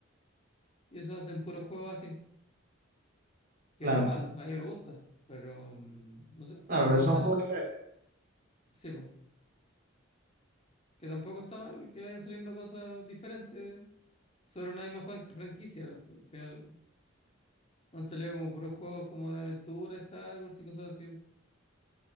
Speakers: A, on the left; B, on the right.
A: y eso hacen puros juegos así, que
B: claro,
A: no es malo, a mí me gusta, pero mm, no sé,
B: claro,
A: a ver
B: pero
A: cómo
B: son
A: sale.
B: juegos diferentes.
A: Sí, pues, que tampoco está mal que vayan saliendo cosas diferentes sobre una misma fan- franquicia, o sea, al final han salido como puros juegos como de aventura, Star Wars y cosas así.